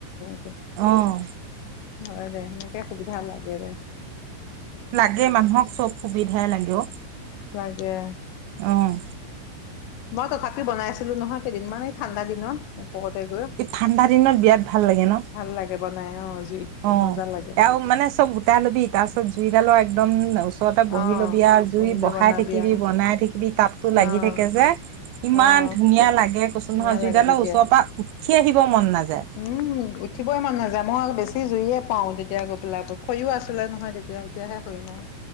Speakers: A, on the left (about 75°); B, on the right (about 75°).
A: <unintelligible>
B: আহ
A: হয় দে সেনেকে সুবিধা লাগে যে,
B: লাগে মানুহক চব সুবিধাই লাগে অ
A: লাগে
B: আহ
A: মই তথাপি বনাই আছিলো নহয় কেইদিনমান এই ঠাণ্ডা দিনত। ওপৰতে গৈ
B: এই ঠাণ্ডা দিনত বিৰাট ভাল লাগে ন?
A: ভাল লাগে বনাই অ' জুইত
B: অ
A: মজা লাগে।
B: আও মানে চব গোটা ল'বি তাৰপিছত জুইডালৰ একদম ওচৰতে বহি
A: অ'
B: ল'বি আৰু জুই
A: বহিলৈ
B: বহাই
A: বনাবি
B: থাকিবি
A: আৰু
B: বনাই থাকিবি তাপতো লাগি
A: অ'
B: থাকে যে ইমান
A: অ'
B: ধুনীয়া লাগে কচুমাহৰ
A: ধুনীয়া
B: জুইডালৰ
A: লাগে তেতিয়া।
B: ওচৰৰ পৰা আহিব মন নাযায়
A: উম উঠিব ইমান নাযায়, মই আও বেছি। সি জুইয়ে পাও তেতিয়া গৈ পেলাই খৈও আছিলে নহয় তেতিয়া এতিয়াহে হয় নাই।